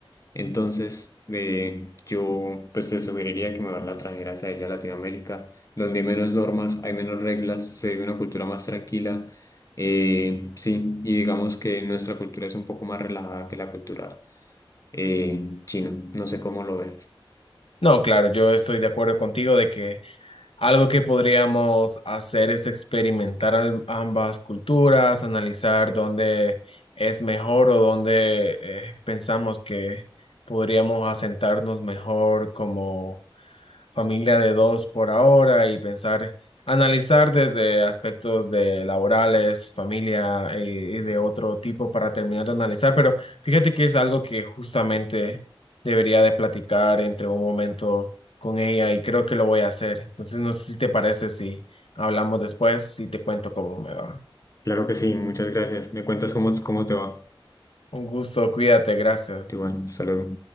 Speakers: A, on the left; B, on the left.
A: Entonces, eh, yo pues te sugeriría que mejor la trajeras a ella a Latinoamérica, donde hay menos normas, hay menos reglas, se vive una cultura más tranquila. Eh, sí, y digamos que nuestra cultura es un poco más relajada que la cultura eh, chino. No sé cómo lo ves.
B: No, claro, yo estoy de acuerdo contigo de que Algo que podríamos hacer es experimentar al- ambas culturas, analizar dónde es mejor o dónde eh, pensamos que podríamos asentarnos mejor como familia de dos por ahora y pensar, analizar desde aspectos de laborales, familia y, y de otro tipo para terminar de analizar. Pero fíjate que es algo que justamente debería de platicar entre un momento con ella y creo que lo voy a hacer. Entonces no sé si te parece si hablamos después, si te cuento cómo me va.
A: Claro que sí, muchas gracias. Me cuentas cómo, cómo te va.
B: Un gusto, cuídate, gracias.
A: Igual, hasta luego.